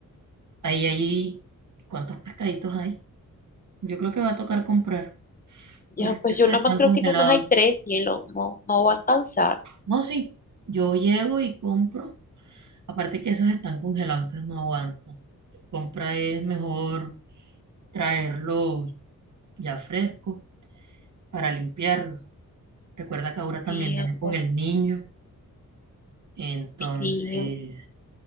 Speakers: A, on the right; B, on the left.
A: ahí, ahí, ¿cuántos pescaditos hay? Yo creo que va a tocar comprar,
B: Ya,
A: porque
B: pues
A: eso
B: yo
A: están
B: nada más creo
A: congelados.
B: que nada más hay tres, cielo, no, no va a alcanzar.
A: No, sí, yo llego y compro. Aparte que esos están congelados, entonces no aguanto. Compra es mejor traerlos ya frescos para limpiarlos. Recuerda que ahora también
B: Sí,
A: viene
B: amor,
A: con el niño, entonces
B: sí.